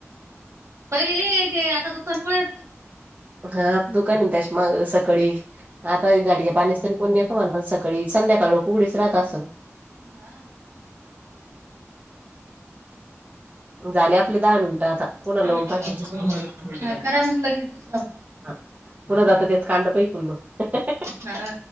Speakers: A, on the right; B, on the right.
A: पहिलेले तेे आता दुकानमुळे य
B: हा दुकान आहे त्याच्या मग सकाळी आता झाडीच्या पाण्यास तरी कोणी येतो मला पण सळी सकाळी संध्याकाळ उघडीच राहत असून.
A: हा.
B: झाले आपली दहा मिनिटं आता पुन्हा
A: हा
B: लावून पाहते.
A: करा मग लगेच दुसरा.
B: हा पुन्हा जात तेच कांड बयकुण मग.
A: हा.